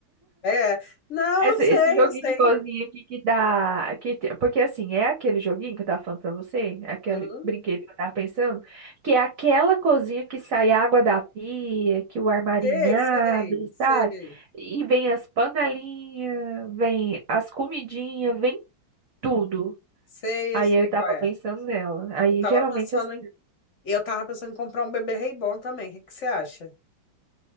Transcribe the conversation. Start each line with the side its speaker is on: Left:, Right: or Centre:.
Left: É, não,
Right: Esse,
Left: eu sei,
Right: esse joguinho
Left: eu sei.
Right: de cozinha aqui que dá. Que, te- porque assim, é aquele joguinho que eu tava falando pra você, é aquele
Left: Uhum,
Right: brinquedo que eu tava pensando, que é aquela cozinha que sai água da pia, que o armarinho
Left: sei, sei,
Right: abre,
Left: sei.
Right: sabe? E vem as panelinhas, vem as comidinhas, vem tudo.
Left: Sei,
Right: Aí
Left: eu sei
Right: eu tava
Left: qual é.
Right: pensando nela. Aí
Left: Eu tava
Right: geralmente
Left: pensando
Right: assim,
Left: em, eu tava pensando em comprar um bebê reborn também. O que que você acha?